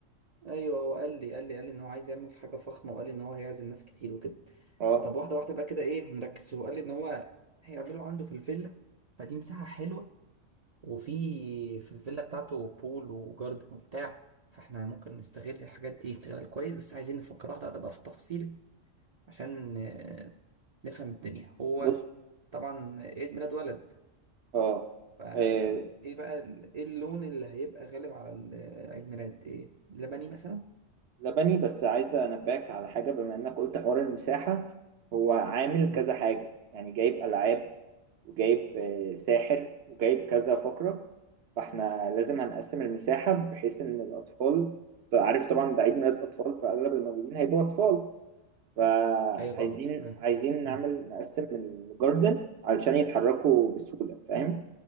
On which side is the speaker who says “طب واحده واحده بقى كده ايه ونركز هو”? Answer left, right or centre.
Right